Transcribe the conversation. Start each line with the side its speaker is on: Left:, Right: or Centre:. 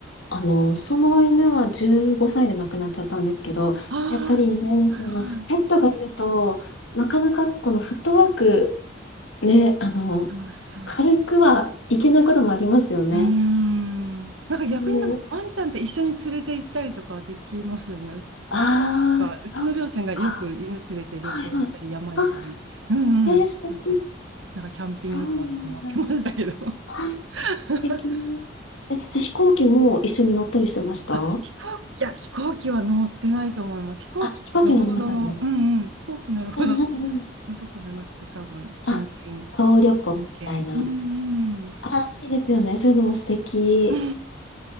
Left: あの、その犬は15歳で亡くなっちゃったんですけど、
Right: ああ、
Left: やっぱりね、
Right: はいは
Left: その、ペットがいると、なかなかこのフットワーク、ね、あの、
Right: い。楽しそうっす。
Left: 軽くはいけないこともありますよね。
Right: うーん。なんか逆にでもワンちゃんって一緒に連れて行ったりとかできますよね。
Left: うん。
Right: う、
Left: ああ、
Right: うちの、なんかうちの両親がよく犬連れて旅行行ったり山行ったり、
Left: そっか。はいはい。あ、
Right: うんうんしてて、
Left: えー、素敵。
Right: なんかキャンピングカーで泊まってましたけど。
Left: そうなんだ。あ、素敵、
Right: <laughs>
Left: 素敵。え、じゃあ飛行機も一緒に乗ったりしてました
Right: あ、飛行機、いや、飛行機は乗ってないと思います。飛行機に乗るほどの、
Left: あ、飛行機乗れなかったです。
Right: うんうん、飛行機乗るほど
Left: うんうんうん。
Right: のとこじゃなくて、多分近隣、
Left: あ、総旅行みたいな。
Right: 近県。うんうん。
Left: あ、いいですよね。そういうのも素敵。
Right: <laughs> あ